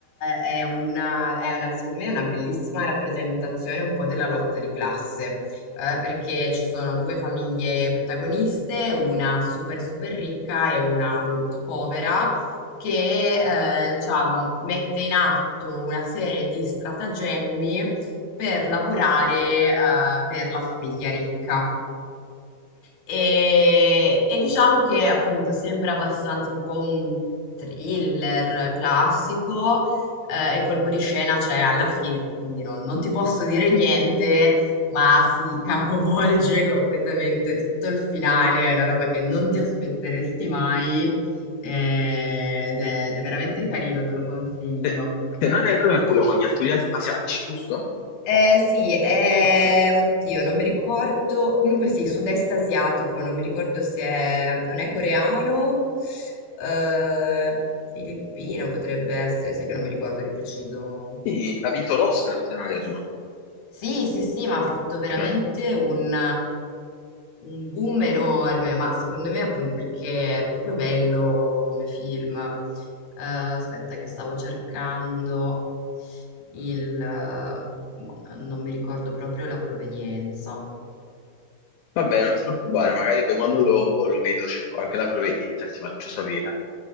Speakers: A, on the left (about 55°); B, on the left (about 80°).
A: è una, è una- secondo me è una bellissima rappresentazione un po' della lotta di classe, eh, perché ci sono due famiglie protagoniste, una super super ricca e una molto povera, che eh, diciamo, mette in atto una serie di stratagemmi per lavorare eh, per la famiglia ricca. E, e diciamo che appunto sembra abbastanza un po' un thriller classico. eh, il colpo di scena c'è alla fine, che quindi non, non ti posso dire niente, ma si capovolge <laughs> completamente tutto il finale. È una roba che non ti aspetteresti mai. eh, Ed è ed è veramente carino, te lo consiglio.
B: Se, se non erro è quello con gli attori as- asiatici, giusto?
A: Eh, sì, eh,
B: Ok.
A: oddio, non mi ricordo. Comunque sì, sud-est asiatico, non mi ricordo se è, non è coreano, eh, filippino potrebbe essere, sai che non mi ricordo di preciso.
B: Sì, ha vinto l'Oscar, se non erro.
A: Sì, sì, sì, ma ha fatto veramente
B: Ok.
A: un, un boom enorme, ma secondo me appunto perché è proprio bello come film. Eh, aspetta che stavo cercando il... eh, no, non non mi ricordo proprio la provenienza.
B: Vabbè, non ti preoccupare, magari poi quando lo, lo vedo cerco anche la provenienza, ti faccio sapere.